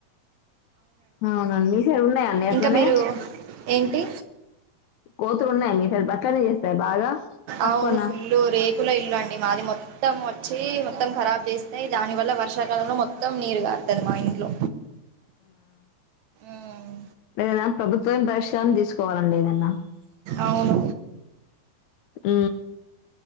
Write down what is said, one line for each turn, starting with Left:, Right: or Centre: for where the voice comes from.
Left: అవునండి మీ సరు ఉన్నాయాన్నీ అట్లనే
Right: ఇంకా మీరు ఏంటి
Left: కోతులు ఉన్నాయి మీసరి పట్టలనే చేస్తాయి బాగా తక్కువన్న
Right: అవును ఫుల్ రేకుల ఇల్లు అండి మాది మొత్తం వచ్చి మొత్తం ఖరాబ్ చేస్తాయి దాని వల్ల వర్షాకాలంలో మొత్తం మొత్తం నీరు కాార్తది మా ఇంట్లో మ్మ్.
Left: లేదనా ప్రభుత్వం పరిష్కారం తీసుకోవాలండి ఏదన్నా
Right: అవును
Left: ఆ